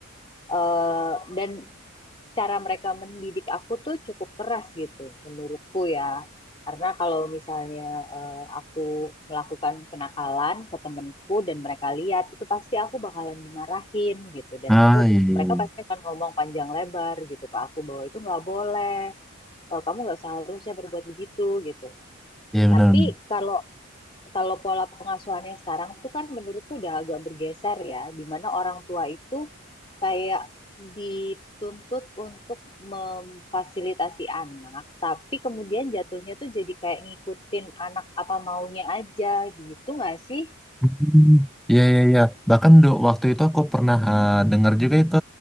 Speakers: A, on the left; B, in the centre.
A: eh dan cara mereka mendidik aku tuh cukup keras gitu menurutku ya. Karena kalau misalnya eh, aku melakukan kenakalan ke temenku dan mereka lihat, itu pasti aku bakalan dimarahin gitu. Dan
B: Ah,
A: aku
B: iya, iya,
A: mereka
B: iya.
A: pasti akan ngomong panjang lebar gitu ke aku bahwa itu nggak boleh, eh, kamu nggak seharusnya berbuat begitu gitu.
B: Iya, benar.
A: Tapi kalau kalau pola pengasuhannya sekarang tuh kan menurutku udah agak bergeser ya, di mana orang tua itu kayak dituntut untuk memfasilitasi anak, tapi kemudian jatuhnya tuh jadi kayak ngikutin anak apa maunya aja gitu nggak sih?
B: Hmm, Ya, ya, ya. Bahkan do, waktu itu aku pernah eh, dengar juga itu